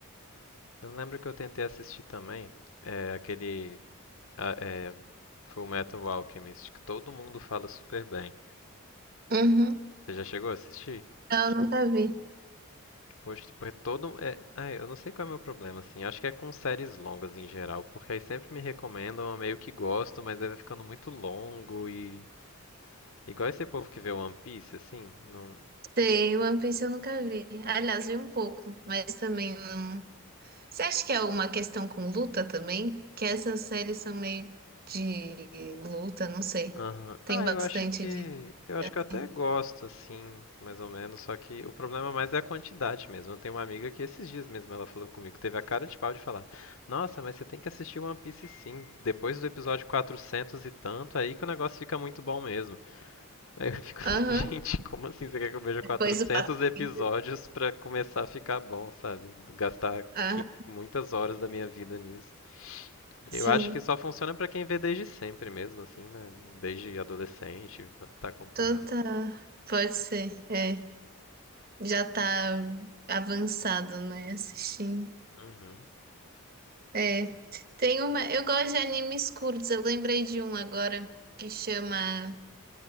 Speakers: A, on the left; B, on the right.
A: Eu lembro que eu tentei assistir também é, aquele a- é, Full Metal Alchemist, que todo mundo fala super bem.
B: Uhum.
A: Você já chegou a assistir?
B: Eu nunca vi.
A: Poxa, porque todo. um, É... ah, eu não sei qual é o meu problema, assim. Acho que é com séries longas em geral, porque aí sempre me recomendam, eu meio que gosto, mas aí vai ficando muito longo e. Igual esse povo que vê One Piece, assim. Não.
B: Sei, One Piece eu nunca vi. Aliás, vi um pouco, mas também não. Você acha que é alguma questão com luta também? Que essas séries são meio de luta, não sei.
A: Aham.
B: Tem
A: Ah,
B: bastante
A: eu acho que.
B: de.
A: Eu acho
B: assim.
A: que eu até gosto, assim, mais ou menos, só que o problema mais é a quantidade mesmo. Eu tenho uma amiga que esses dias mesmo ela falou comigo, teve a cara de pau de falar: Nossa, mas você tem que assistir One Piece sim, depois do episódio 400 e tanto, aí que o negócio fica muito bom mesmo. Aí eu fico assim,
B: Aham.
A: <laughs> gente, como assim você quer que eu veja
B: Depois
A: 400
B: o patrocínio.
A: episódios pra começar a ficar bom, sabe? Gastar
B: Ah,
A: qui- muitas horas da minha vida nisso. Eu
B: sim.
A: acho que só funciona pra quem vê desde sempre mesmo, assim, né? Desde adolescente, va- tá acompanhando.
B: toda Pode ser. É. Já tá avançado, né? Assistindo.
A: Uhum.
B: É. Tem uma. Eu gosto de animes curtos. Eu lembrei de um agora que chama.